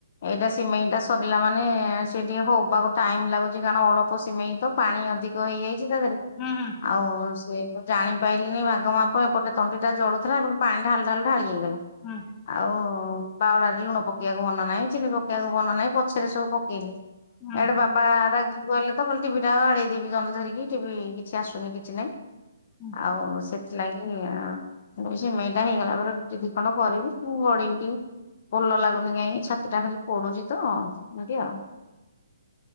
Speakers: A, on the left; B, on the left.
A: ଏଇଟା ସିମେଇ ଟା ସରିଲା ମାନେ ସେ ଟିକେ ହବାକୁ ଟାଇମ୍ ଲାଗୁଚି କାରଣ ଅଳ୍ପ ସିମେଇ ତ ପାଣି ଅଧିକ ତ ହେଇଯାଇଚି ତା ଦେହରେ
B: ହୁଁ ହୁଁ ହୁଁ ହୁଁ ହୁଁ
A: ଆଉ ସିଏ ଜାଣିପାରିଲନି ଭାଗ ମାପ ଏପଟେ ତଣ୍ଟି ଟା ଜଳୁଥିଲା ଏପଟେ ପାଣି ଢାଳୁ ଢାଳୁ ଢାଳି ହେଇଗଲା।
B: ହଁ।
A: ଆଉ ବାଉଳେରେ ଲୁଣ ପକେଇବାକୁ ମନେ ନାହିଁ ଚିନି ପକେଇବାକୁ ମନେ ନାହିଁ ପଛରେ ସବୁ ପକେଇଲି।
B: ହୁଁ ହୁଁ
A: ଇଆଡେ
B: ହୁଁ
A: ବାବା ରାଗି ଗଲେତ କହିଲେ ତ ଟିଭି ଟାକୁ ବାଡେଇଦେବି ଜଲ ଧରିକି ଟିଭି କିଛି ଆସୁନି କିଛି ନାଇଁ।
B: ହୁଁ
A: ଆଉ ସେଥିଲାଗି ସେମଇଟା ହେଇଗଲା ପରେ ରୁଟି ଦଇ ଖଣ୍ଡ କରିବି ମୁଁ ଗଡିଇବି ଟିକେ। ଭଲ ଲାଗୁନି କାଇଁ ଛାତି ଟା ଖାଲି ପଡୁଚି ତ ଏମିତି ଆଉ। <inaudible>